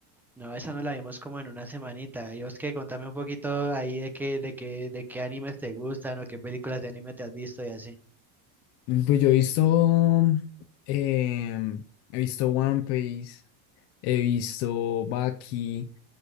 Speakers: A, in the centre; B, on the left.
A: No, esa no la vimos como en una semanita. Y vos que contame un poquito ahí de qué, de qué, de qué animes te gustan o qué películas de anime te has visto y así.
B: Mm, Pues yo he visto, em, he visto One Piece, he visto Baki,